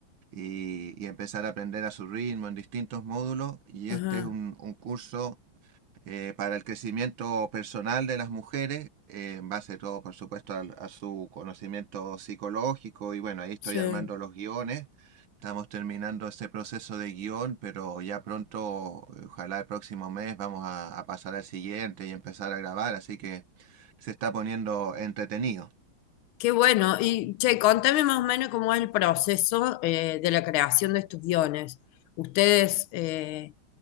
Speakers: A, on the right (about 75°); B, on the left (about 85°).
A: y, y empezar a aprender a su ritmo en distintos módulos, y
B: ajá,
A: este es un, un curso eh, para el crecimiento personal de las mujeres, eh, en base todo, por supuesto, al- a, su conocimiento psicológico. Y bueno, ahí estoy
B: sí.
A: armando los guiones. Estamos terminando este proceso de guión, pero ya pronto, eh, ojalá el próximo mes, vamos a, a pasar al siguiente y empezar a grabar. Así que se está poniendo entretenido.
B: Qué bueno. Y, che, contame más o menos cómo es el proceso eh, de la creación de estos guiones. Ustedes eh,